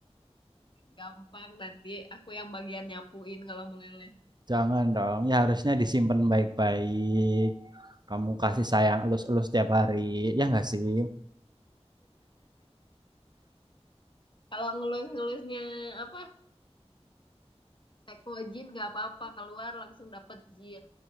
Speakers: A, on the left; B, on the right.
A: Gampang nanti aku yang bagian nyapuin kalau meleleh.
B: Jangan dong, ya harusnya disimpan baik-baik. Kamu kasih sayang elus-elus tiap hari, ya nggak sih?
A: Kalau ngelus-ngelusnya apa? Teko jin gak apa-apa, keluar langsung dapet jin.